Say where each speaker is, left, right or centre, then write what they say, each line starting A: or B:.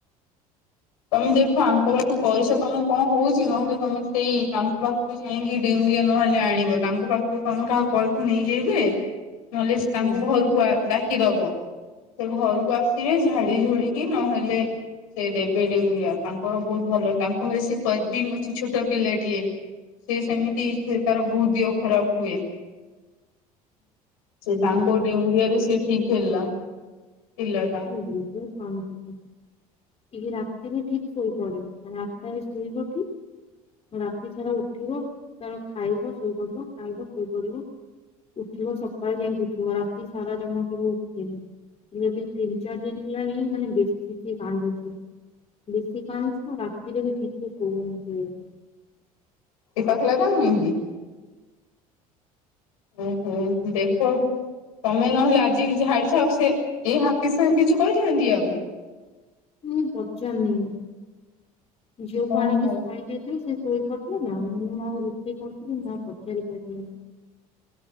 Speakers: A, on the left; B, on the left.
A: ତମେ ଦେଖ ଆଙ୍କ ପାଖକୁ <unintelligible> ତମର କଣ ହଉଛି ନହେଲେ ତମେ ସେଇ ତାଙ୍କ ପାଖ ଯାଇଁକି ଡେଉଁରିଆ ନ ଆଣିଲେ ଆଣିବ ତାଙ୍କ ପାଖକୁ ତମେ କାହାକୁ କହିବୁ ନେଇଯିବେ ନହଲେ ଶ୍ ତାଙ୍କୁ
B: ହୁଁ।
A: ଘରକୁ ଆ ଡାକିଦବ। ସେ ଘରକୁ ଆସିବେ ଝାଡି ଝୁଡିକି ନହେଲେ ସେ ଦେବ <inaudible> ଡେଉଁରିଆ ତାଙ୍କର ବହୁତ ଭଲ ତାଙ୍କ ଘରେ ସେ ପ୍ରବୀଣ ଅଛି ଛୋଟ ପିଲାଟିଏ। ସିଏ ସେମିତି ସିଏ ତାର ବହୁତ ଦିହ ଖରାପ ହୁଏ। ସିଏ ତାଙ୍କ
B: ହୁଁ।
A: ଡେଉଁରିଆରେ ସେ ଠିକ ହେଲା, ପିଲାଟା।
B: <unintelligible> ଇଏ ରାତିରେ ଠିକ ଶୋଇପଡେ ମାନେ ଆଠଟାରେ ଶୋଇବ ଠିକ ରାତି ସାରା ଉଠିବ ତାର ଖାଇବ ଶୋଇ ପଡିବ ଖାଇବ ଶୋଇ ପଡିବ। ଉଠିବ ସକାଳେ ଯାଇଁକି ଉଠିବ ରାତି ସାରା ଜମା କେବେ ଉଠେନି ହେଲେ ବି ତିନି ଚାରି ଦିନ ହେଲାଣି ମାନେ ବେଶୀ ସିଏ କାନ୍ଦୁଚି ବେଶୀ କାନ୍ଦୁଚ ହଁ ରାତିରେ ବି ଠିକ ସେ ଶୋଉନି ସିଏ ଏବେ।
A: <unintelligible> ଓ ହ ଦେଖ ଆଗ। ତମେ ନହେଲେ ଆଜି ଝାଡିଛ ଆଉ ସେ ଏଇ ହାପି ସାର୍ କିଛି କହିିଛନ୍ତି ଆଉ?
B: ମୁଁ ପଚାରିନି ଆଉ ଝିଅକୁ
A: ଓହୋ
B: ଆଣିକି ଶୁଆଇ ଦେଇଥିବେ ସିଏ ଶୋଇ ପଡ଼ିଥିଲେ ନା ମୁଁ ଆଉ ରୋଷେଇ କରୁଥିଲି ମୁଁ ଆଉ ପଚାରି ପାଇଲିନି।